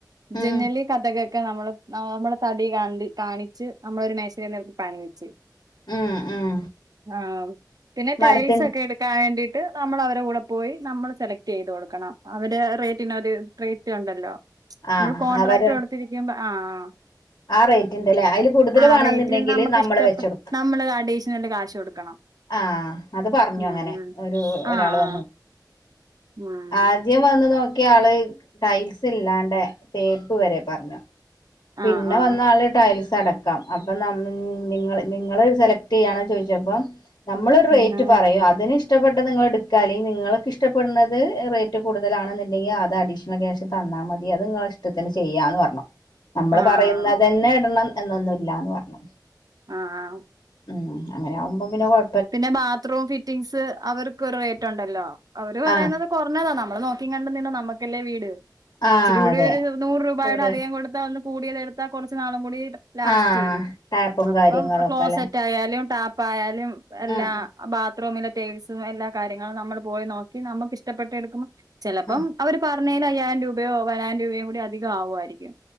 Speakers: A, on the left; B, on the right.
A: ഉം
B: ജനല് കതക് ക്കെ നമ്മൾ നമ്മള് തടി ക കാണിച്ച് നമ്മളൊരു മേശരിന്റട്ത്ത് പണിയിച്ച്
A: ഉം ഉം
B: ആഹ് പിന്നെ
A: മരത്തിന്റെ
B: ടൈൽസൊക്കെ എ ക്കാവേണ്ടീട്ട് നമ്മള അവരെ കൂടെ പോയി നമ്മൾ സെലക്ട് ചെയ്ത് കൊടുക്കണം അവടെ റേറ്റന് ഒരു റേറ്റ് ഒണ്ടല്ലോ
A: ആ
B: നമ്മൾ കോൺട്രാക്ട്
A: അവര്
B: കൊടുത്തിരിക്കുമ്പോ ആഹ്
A: ആ റേറ്റിന്റല്ലേ അതില് കൂടുതൽ
B: ആ
A: വേണന്നുണ്ടെങ്കില്
B: റേറ്റിന് നമുക്ക്
A: നമ്മള്
B: ഇഷ്ടപ്പെ
A: വെച്ചോടുക്ക
B: നമ്മള് അഡീഷനല് നല്ല കാശ് കൊടുക്കണം
A: ആഹ് അത് പറഞ്ഞു
B: ഉം
A: അങ്ങനെ
B: ഉം
A: ഒരു ഒരാൾ
B: ആഹ് ആഹ്
A: വന്നു
B: ഉം
A: ആ ദ്യം വന്ന് നോക്കിയ ആള് ടൈൽസ് ഇല്ലാണ്ട് തേപ്പ് വരെ പറഞ്ഞു പിന്നെ
B: ആഹ് ആഹ്
A: വന്ന ആള് ടൈൽസ് അടക്കാം അപ്പം നിങ്ങൾ നിങ്ങൾ സെലക്ട് ചെയ്യയാണ ചോദിച്ചപ്പം നമ്മളരു
B: ഉം
A: റേറ്റ് പറയും അതിന്ഷ്ടം ഇഷ്ടപ്പെട്ട നിങ്ങളെടുക്കാ നിങ്ങൾക്കെ ഇഷ്ടപ്പെടുന്നത് റേറ്റ് കൂടുതലാണെന്നുണ്ടെങ്കിൽ ആത അഡീഷൻ ബാകിള്ള കാഷ് ഇങ്ങൾ തന്നാ മതി അത് നിങ്ങള ഇഷ്ടത്തിന് ചെയ്യാന്ന് പറഞ്ഞു നമ്മള്
B: ആഹ്
A: പറയുന്നതന്നെ ഇടണം എന്നൊന്നുംല്ലന്ന് പറഞ്ഞു
B: ആഹ്
A: ഉം അങ്ങനെ ആവുമ്പം പിന്നെ കുഴ
B: പിന്നെ ബാത്റൂം ഫിറ്റിംഗസ് അവർക്ക് ഒരു റേറ്റ് ഉണ്ടല്ലോ അവര് പറയുന്നത്
A: ആ
B: കുറഞ്ഞതാ നമ്മള് നോക്കി കണ്ട നിന്ന നമ്മക്കല്ലേ വീട്
A: ആ
B: ഇച്ചിരി കൂടി
A: അതെ
B: ഒരു നൂറ് രൂപയുടെ
A: കൂടെ
B: അധികം കൊടുത്തൽ ഒന്ന് കൂടിയതത് എടുത്താ കുറച്ചു നാളും കൂടി ലാസ്റ്റ്
A: ആ
B: ചെയ്യും
A: ടാപ്പും
B: അപ്പം
A: കാര്യങ്ങളും
B: ക്ലോസ്
A: ഒക്കെ അല്ലെ
B: സെറ്റ് ആയാലും ടാപ്പയാലും എല്ലാ
A: ആ ആ
B: ബാത് റൂമിലെ ടൈയിൽസും എല്ലാ കാര്യങ്ങളും നമ്മൾ പോയി നോക്കി നമുക്ക് ഇഷ്ടപ്പെട്ട് എടുക്കുമ്പോ ചിലപ്പം
A: ആ
B: അവര് പറഞ്ഞതിൽ അയ്യായിരം രൂപയോ പതിനായിരം രൂപയോ കൂടി അധികം ആവുമായിരിക്കും